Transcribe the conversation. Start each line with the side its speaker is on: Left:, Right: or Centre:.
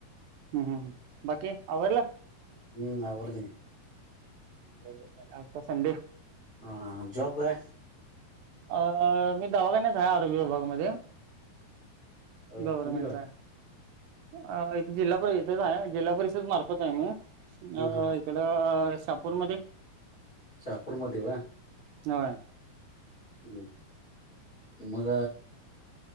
Right: हम्म हम् ह बाकी आवला
Left: हम आवरले
Right: बरो आता संडे
Left: हां जॉब का
Right: अ मी दवाखान्यात आहे आरोग्य विभागामध्ये गव्हर्मेंटचा
Left: कोणीकडे
Right: अ थे जिल्हा परिषच आहे जिल्हा परिषद मार्फत आहे नी
Left: हा
Right: अ
Left: हा
Right: तलं शपूरमध्ये
Left: शहापूरमध्ये वा
Right: होय
Left: ह् मग